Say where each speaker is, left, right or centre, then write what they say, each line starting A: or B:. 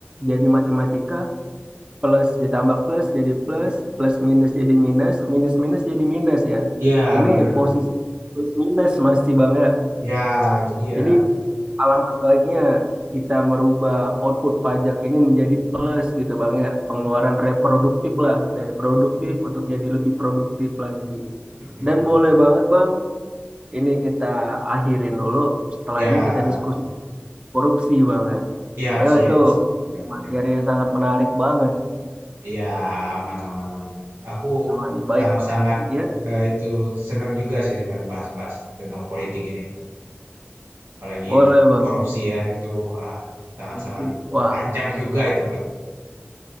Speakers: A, on the right; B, on the right.
A: jadi matematika, plus ditambah plus jadi plus, plus minus jadi minus, minus minus jadi minus ya.
B: Ya
A: Ini
B: benar.
A: posisi plus minus masih Bang ya.
B: Ya itu dia.
A: Jadi alangkah baiknya kita merubah output pajak ini menjadi plus gitu Bang ya. Pengeluaran reproduktif lah dari produktif untuk jadi lebih produktif lagi.
B: Mm-mm.
A: Dan boleh banget Bang, ini kita akhirin dulu. Setelah
B: Ya
A: ini kita diskusi korupsi Bang ya.
B: siap
A: Kayaknya
B: siap
A: itu
B: siap siap
A: materi
B: siap.
A: yang sangat menarik banget.
B: Iya, aman aman aman. Aku
A: Aman, baik
B: sangat-sangat
A: Bang. Ya,
B: eh, itu senang juga sih sebenarnya bahas-bahas tentang politik ini, apalagi
A: boleh
B: tentang
A: Bang.
B: korupsi ya itu ah, sangat-sangat
A: Korupsi. Wah,
B: panjang juga itu pasti.